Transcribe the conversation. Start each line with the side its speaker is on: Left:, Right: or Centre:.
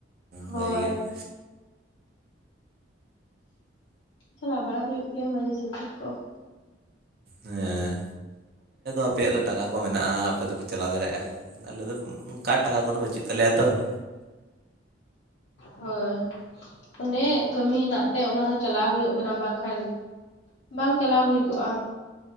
Left: ᱦᱳᱭ
Right: ᱵᱷᱟᱹᱜᱤ ᱜᱮ ᱾
Left: ᱪᱟᱞᱟᱣ ᱵᱟᱲᱟ ᱦᱩᱭᱩᱜ ᱜᱮᱭᱟ ᱢᱟᱡᱷᱮ ᱥᱟᱡᱷᱮ ᱠᱚ ᱾
Right: ᱦᱮᱸ ᱟᱯᱮᱭᱟᱜ ᱫᱚ ᱴᱟᱠᱟ ᱠᱚ ᱢᱮᱱᱟᱜᱼᱟ ᱟᱯᱮ ᱫᱚᱯᱮ ᱪᱟᱞᱟᱣ ᱫᱟᱲᱮᱭᱟᱜᱼᱟ᱾ ᱟᱞᱮ ᱫᱚ ᱚᱱᱠᱟ ᱴᱟᱠᱟ ᱠᱚᱫᱚ ᱵᱟᱹᱪᱩᱜ ᱛᱟᱞᱮᱭᱟ ᱛᱚ ᱾
Left: ᱦᱚᱭ ᱾ ᱚᱱᱮ ᱠᱟᱹᱢᱤ ᱦᱮᱱᱟᱜ ᱛᱮ ᱚᱱᱟ ᱦᱚᱸ ᱪᱟᱞᱟᱣ ᱦᱩᱭᱩᱜ ᱠᱟᱱᱟ ᱵᱟᱝ ᱠᱷᱟᱱ ᱵᱟᱝ ᱪᱟᱞᱟᱣ ᱦᱩᱭ ᱠᱚᱜᱼᱟ ᱾